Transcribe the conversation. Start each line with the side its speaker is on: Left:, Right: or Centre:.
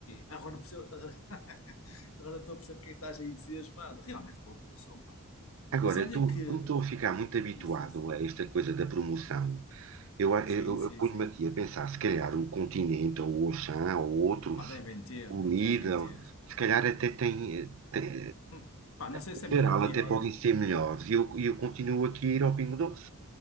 Left: Agora percebo, <laughs> agora estou a perceber porque é que estás aí entusiasmado. Realmente boa promoção, pá.
Right: Agora,
Left: Mas olha
Right: tu,
Left: que.
Right: como estou a ficar muito habituado
Left: Sim, sim, sim.
Right: a esta coisa da promoção, Eu, a-
Left: Sim,
Right: eu,
Left: sim,
Right: eu pus-me
Left: sim.
Right: aqui a pensar, se calhar o Continente, ou o Auchan, ou outros,
Left: Pá, devem ter,
Right: o Lidl,
Left: devem ter.
Right: se calhar até tem, eh, tem-
Left: Hum, Pá, não sei
Right: em
Left: se é
Right: geral,
Left: melhor ou pior,
Right: até podem
Left: mas.
Right: ser melhores. E eu, e eu continuo aqui a ir ao Pingo Doce.